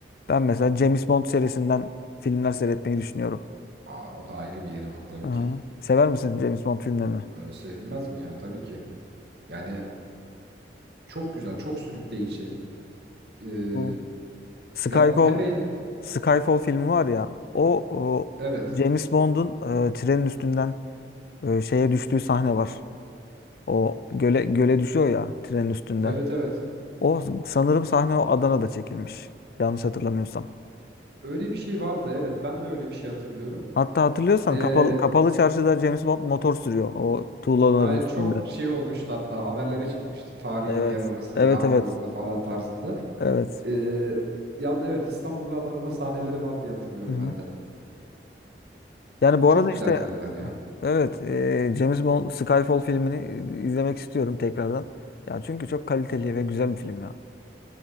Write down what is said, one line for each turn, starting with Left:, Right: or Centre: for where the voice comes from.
Left: Ben mesela James Bond serisinden filmler seyretmeyi düşünüyorum.
Right: Aa, o da ayrı bir yeri var tabii
Left: Hı
Right: ki.
Left: Sever misin James Bond filmlerini?
Right: Ee, sevinmez mi ya? Tabii ki. Yani Çok güzel, çok sürükleyici. Ee,
Left: Bu. Skyfall
Right: yani hem el,
Left: Skyfall filmi var ya o, o
Right: evet,
Left: James Bond'un e, trenin üstünden e, şeye düştüğü sahne var. O göle göle düşüyor ya trenin üstünden.
Right: evet, evet.
Left: O sanırım sahne o Adana'da çekilmiş. Yanlış hatırlamıyorsam.
Right: Öyle bir şey vardı, evet. Ben de öyle bir şey hatırlıyorum.
Left: Hatta hatırlıyorsan
Right: Ee,
Left: kapalı kapalı çarşıda James Bond motor sürüyor o tuğlaların
Right: ay
Left: üstünde.
Right: çok şey olmuştu hatta haberlere çıkmıştı. Tarihi
Left: Evet.
Right: bir yer orası,
Left: Evet
Right: ne yapıyor
Left: evet.
Right: orada falan tarzında.
Left: Evet.
Right: Ee, yan, evet İstanbul ve Adana'da sahneleri var diye hatırlıyorum
Left: Hı hı.
Right: ben de.
Left: Yani
Right: Ya
Left: bu
Right: Çok
Left: arada
Right: güzel
Left: işte
Right: filmler ya.
Left: evet e, James Bond Skyfall filmini e, izlemek istiyorum tekrardan. Ya çünkü çok kaliteli ve güzel bir film ya.